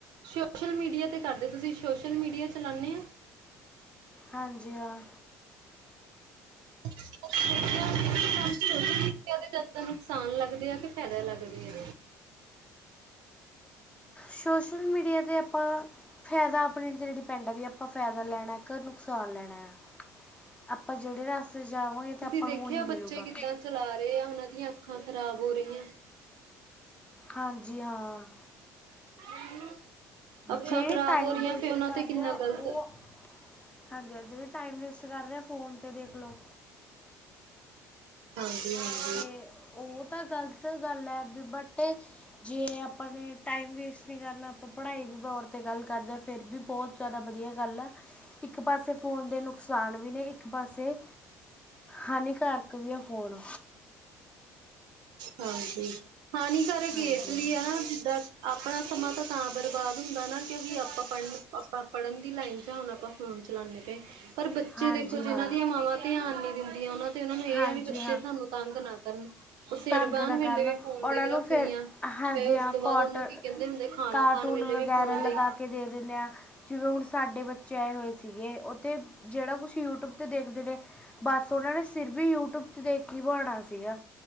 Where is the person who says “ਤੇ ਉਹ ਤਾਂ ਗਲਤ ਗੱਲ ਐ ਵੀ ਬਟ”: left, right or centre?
Left